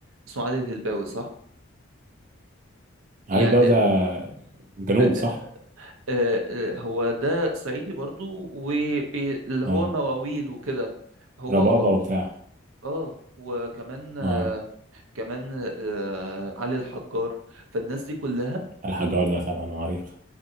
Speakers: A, on the right (about 85°); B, on the right (about 40°).
A: اسمه علي الهلباوي صح
B: علي
A: يعني
B: بقى ده جنوب
A: آه،
B: صح؟
A: آه، آه، هو ده صعيدي برضو واللي هو
B: اه
A: مواويل وكده هو
B: ربابة
A: و...
B: وبتاع
A: اه وكمان آه،
B: اه
A: كمان آه، علي الحجار فالناس دي كلها
B: الحجار ده طبعا عريق